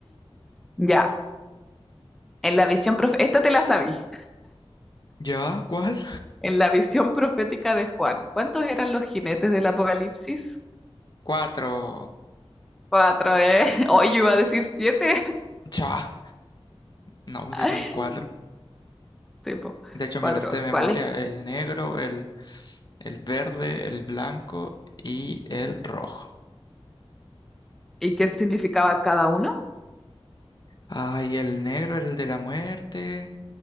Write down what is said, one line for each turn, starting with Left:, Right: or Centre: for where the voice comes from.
Centre: Ya, en la visión profe- esta te la sabí.
Left: ¿Ya? ¿Cuál?
Centre: En la visión profética de Juan, ¿cuántos eran los jinetes del Apocalipsis?
Left: Cuatro.
Centre: Cuatro, ¿eh? <laughs> Hoy yo iba a decir siete.
Left: Ya. No, pues
Centre: <laughs>
Left: sí son cuatro.
Centre: Tipo,
Left: De hecho, me
Centre: cuatro.
Left: los sé de memoria.
Centre: ¿Cuáles?
Left: El negro, el, el verde, el blanco y el rojo.
Centre: ¿Y qué significaba cada uno?
Left: Ay, el negro era el de la muerte,